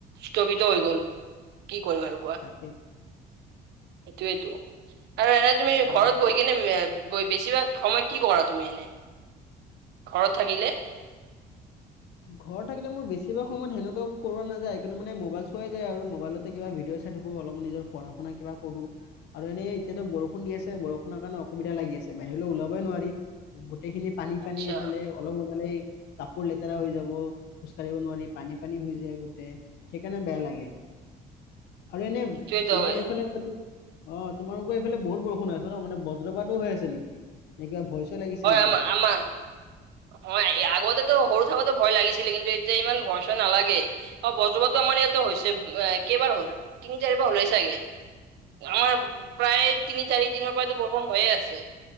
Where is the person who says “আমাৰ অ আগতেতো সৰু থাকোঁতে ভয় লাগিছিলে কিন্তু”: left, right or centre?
Right